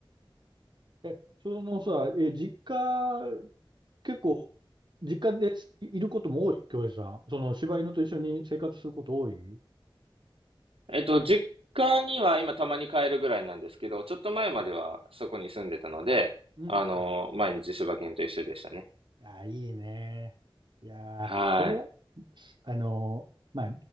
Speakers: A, on the right; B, on the right.
A: え、そのさ、え、実家、結構、実家ですいいることも多い京平さん。その、柴犬と一緒に生活すること多い
B: えっと、実家には今たまに帰るぐらいなんですけど、ちょっと前まではそこに住んでたので、
A: うんうん。
B: あの、毎日柴犬と一緒でしたね。
A: いやー、いいね。いやー、
B: はい。
A: それは、あのーまあ、